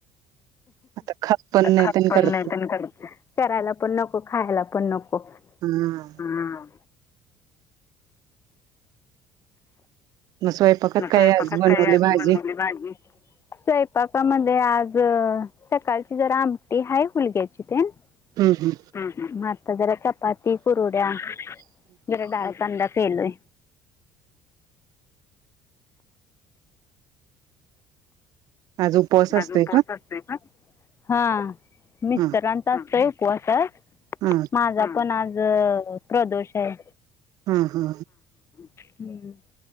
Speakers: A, on the right; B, on the left.
A: आता खात पण नाहीत
B: ख
A: आणि
B: पण
A: करत
B: नाही प ख करायला पण नको खायला, पण नको
A: पण हा
B: हा
A: मग स्वयंपाकात
B: म
A: काय
B: स्वयंपाकात
A: बनवली
B: आज
A: भाजी?
B: बनवली भाजी, स्वंयपाका मध्ये आज ज सकाळची जरा आमटी हाय. हुलग्याची ते
A: हम्म हम्म
B: म आता जरा चपाती, कुरुड्या जरा डाळकांदा केलोय.
A: आज उपवास असतोय
B: आज उपवास असतोय, का हा मिस्तरांचा
A: हा
B: असतोय, उपवास आज.
A: हा
B: माझा पण आज प्रदोष हाय.
A: हा हा.
B: हम्म!